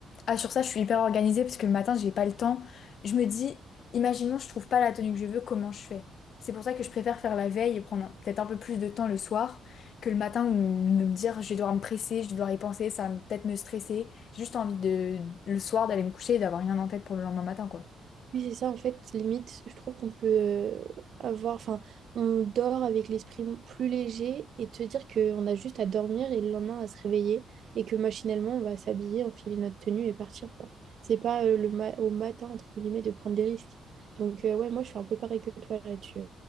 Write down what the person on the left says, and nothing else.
Ah, sur ça, je suis hyper organisée parce que le matin, j'ai pas le temps. Je me dis, imaginons, je trouve pas la tenue que je veux, comment je fais? C'est pour ça que je préfère faire la veille et prendre un- peut-être un peu plus de temps le soir que le matin où me dire je vais devoir me presser, je vais devoir y penser, ça va peut-être me stresser. J'ai juste envie de le soir d'aller me coucher et d'avoir rien en tête pour le lendemain matin, quoi.